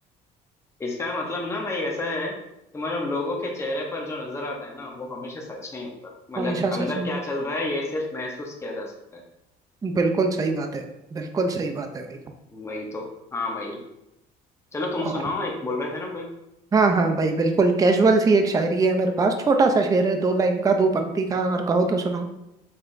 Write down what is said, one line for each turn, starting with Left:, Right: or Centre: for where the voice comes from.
Left: इसका मतलब ना भाई ऐसा है कि मतलब लोगों के चेहरे पर जो नजर आता है ना वो हमेशा सच नहीं होता मतलब
Right: हमेशा
Left: अंदर
Right: सच नहीं
Left: क्या चल रहा है ये सिर्फ महसूस किया जा सकता है
Right: होता। बिल्कुल सही बात है बिल्कुल सही बात है भाई
Left: वही तो हाँ भाई चलो तुम
Right: ओ,
Left: सुनाओ एक बोल रहे थे ना कोई
Right: हाँ हाँ भाई बिल्कुल कैजुअल सी एक शायरी है मेरे पास छोटा सा शेर है दो लाइन का दो पंक्ति का अगर कहो तो सुनाओ